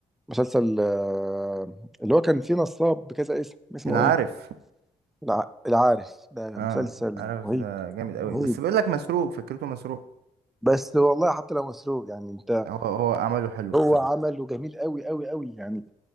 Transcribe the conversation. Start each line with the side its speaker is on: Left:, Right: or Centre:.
Centre: مسلسل آه، اللي هو كان فيه نصاب بكذا اسم اسمه
Right: انا
Centre: ايه
Right: عارف
Centre: الع... العارف ده مسلسل
Right: اه عارف
Centre: رهيب
Right: ده جامد قوي
Centre: رهيب
Right: بس بيقول لك مسروق فكرته مسروق
Centre: بس والله حتى لو مسروق يعني انت
Right: هو هو عمله حلو
Centre: هو
Right: بصراحة
Centre: عمله جميل قوي قوي قوي يعني